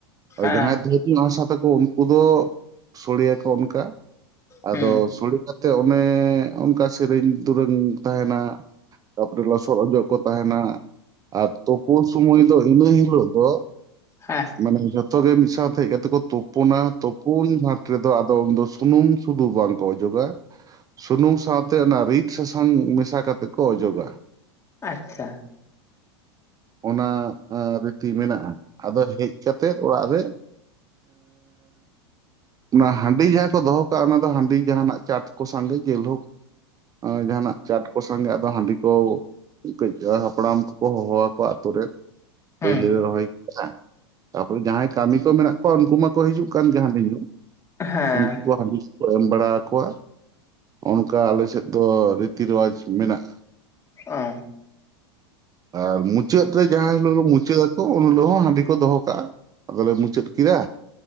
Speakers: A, on the left; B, on the right.
A: ᱦᱮᱸ
B: ᱡᱟᱦᱟᱸᱭ ᱫᱷᱮᱨᱧᱚᱜ ᱦᱟᱥᱟ ᱛᱟᱠᱚ ᱩᱱᱠᱩ ᱫᱚ ᱥᱳᱲᱮᱭ ᱟᱠᱚ ᱚᱱᱠᱟ ᱟᱫᱚ
A: ᱦᱩᱸ
B: ᱥᱳᱲᱮ ᱠᱟᱛᱮ ᱚᱱᱮ ᱚᱱᱠᱟ ᱥᱮᱨᱮᱧ ᱫᱩᱨᱟᱹᱝ ᱛᱟᱦᱮᱱᱟ᱾ ᱛᱟᱯᱚᱨᱮ ᱞᱚᱥᱚᱫᱚᱡᱚᱜ ᱠᱚ ᱛᱟᱦᱮᱱᱟ᱾ ᱟᱨ ᱛᱩᱯᱩ ᱥᱚᱢᱚᱭ ᱫᱚ ᱤᱱᱟᱹ ᱦᱤᱞᱳᱜ ᱫᱚ
A: ᱦᱮᱸ
B: ᱢᱟᱱᱮ ᱡᱷᱚᱛᱚ ᱜᱮ ᱢᱤᱫ ᱥᱟᱶ ᱦᱮᱡ ᱠᱟᱛᱮ ᱠᱚ ᱛᱩᱯᱩᱱᱟ ᱛᱩᱯᱩᱱ ᱜᱷᱟᱴ ᱨᱮᱫᱚ ᱟᱫᱚ ᱩᱱ ᱫᱚ ᱥᱩᱱᱩᱢ ᱥᱩᱫᱷᱩ ᱵᱟᱝᱠᱚ ᱚᱡᱚᱜᱟ, ᱥᱩᱱᱩᱢ ᱥᱟᱶᱛᱮ ᱚᱱᱟ ᱨᱤᱫ ᱥᱟᱥᱟᱝ ᱢᱮᱥᱟ ᱠᱟᱛᱮᱫ ᱠᱚ ᱚᱡᱚᱜᱼᱟ᱾
A: ᱟᱪᱪᱷᱟ
B: ᱚᱱᱟ ᱨᱤᱫ ᱞᱟᱠᱛᱤ ᱢᱮᱱᱟᱜᱼᱟ ᱟᱫᱚ ᱦᱮᱡ ᱠᱟᱛᱮᱜ ᱚᱲᱟᱜ ᱨᱮ ᱚᱱᱟ ᱦᱟᱸᱰᱤ ᱡᱟᱦᱟᱸ ᱠᱚ ᱫᱚᱦᱚ ᱠᱟᱜᱼᱟ ᱚᱱᱟ ᱫᱚ ᱦᱟᱸᱰᱤ ᱡᱟᱦᱟᱸᱱᱟᱜ ᱪᱟᱴ ᱠᱚ ᱥᱟᱸᱜᱮ ᱡᱮᱞ ᱦᱳᱠ ᱡᱟᱦᱟᱱᱟᱜ ᱪᱟᱴ ᱠᱚ ᱥᱟᱝ ᱜᱮ ᱟᱫᱚ ᱦᱟᱸᱰᱤ ᱠᱚ ᱠᱟᱹᱡ ᱦᱟᱯᱲᱟᱢ ᱠᱚᱠᱚ ᱦᱚᱦᱚ ᱟᱠᱚᱣᱟ ᱟᱛᱳ ᱨᱮ ᱯᱳᱭᱞᱳ
A: ᱦᱩᱸ
B: ᱨᱚᱦᱚᱭ ᱠᱮᱫᱼᱟ ᱛᱟᱨᱯᱚᱨᱮ ᱡᱟᱦᱟᱸᱭ ᱠᱟᱹᱢᱤ ᱠᱚ ᱢᱮᱱᱟᱜ ᱠᱚᱣᱟ ᱩᱱᱠᱩ ᱢᱟᱠᱚ ᱦᱤᱡᱩᱜ ᱠᱟᱱ ᱦᱟᱸᱰᱤ ᱧᱩ,
A: ᱦᱮᱸ
B: ᱩᱱᱠᱩ ᱠᱚ <unintelligible> ᱠᱚ ᱮᱢ ᱵᱟᱲᱟ ᱟᱠᱚᱣᱟ, ᱚᱱᱠᱟ ᱟᱞᱮ ᱥᱮᱫ ᱫᱚ ᱨᱤᱛᱤ ᱨᱮᱣᱟᱡᱽ ᱢᱮᱱᱟᱜᱼᱟ᱾
A: ᱚ
B: ᱟᱨ ᱢᱩᱪᱟᱹᱫ ᱨᱮ ᱡᱟᱦᱟᱸ ᱦᱤᱞᱳᱜ ᱢᱩᱪᱟᱹᱫ ᱟᱠᱚ ᱩᱱ ᱦᱤᱞᱳᱜ ᱦᱚᱸ ᱦᱟᱸᱰᱤ ᱠᱚ ᱫᱚᱦᱚ ᱠᱟᱜᱼᱟ᱾ ᱟᱫᱚᱞᱮ ᱢᱩᱪᱟᱹᱫ ᱠᱮᱫᱟ᱾